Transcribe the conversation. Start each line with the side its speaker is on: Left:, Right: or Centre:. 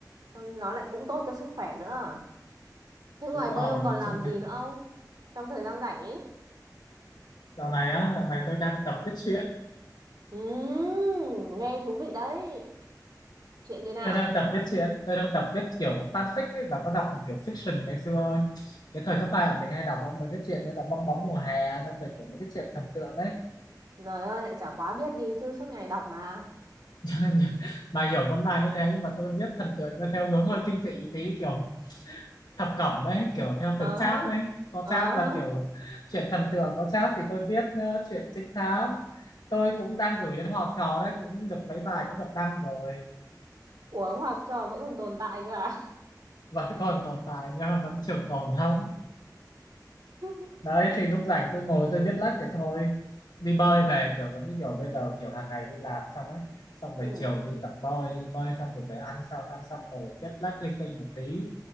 Right: xong nó lại cũng tốt cho sức khỏe nữa thế ngoài
Left: Đúng rồi,
Right: bơi ông còn
Left: nhìn
Right: làm
Left: chung
Right: gì
Left: là
Right: nữa không trong thời gian rảnh ấy
Left: dạo này á, dạo này tôi đang tập viết truyện.
Right: Ừm, nghe thú vị đấy chuyện như nào
Left: Tôi đang tập viết truyện, tôi đang tập viết kiểu fanfic ấy, bà có đọc kiểu fiction ngày xưa ấy. Cái thời cấp hai là mình hay đọc mấy cái chuyện như là bong bóng mùa hè xong rồi kiểu mấy cái chuyện thần tượng đấy.
Right: rồi ơi lại chả quá biết đi chứ suốt ngày đọc mà
Left: <laughs> Cho nên bà hiểu nôm na như thế nhưng mà tôi viết thần tượng theo hướng hơi kinh dị tí kiểu thập cẩm đấy, kiểu theo
Right: ờ
Left: từng chap
Right: hớ,
Left: đấy. Có
Right: ờ
Left: chap
Right: hớ.
Left: là kiểu chuyện thần tượng, có chap thì tôi viết ờ, chuyện trinh thám. Tôi cũng đang gửi đến họp trò đấy, cũng được mấy bài cũng được đăng rồi.
Right: Ủa học trò vẫn còn tồn tại cơ à?
Left: vẫn còn tồn tại nhá vẫn trường tồn lắm
Right: <laughs>
Left: đấy thì lúc rảnh tôi ngồi tôi viết lách để thôi đi bơi về kiểu giống như kiểu bây giờ kiểu hàng ngày đi làm xong ấy xong rồi
Right: ừ
Left: chiều đi tập bơi bơi xong rồi về ăn xong ăn xong ngồi viết lách linh tinh một tí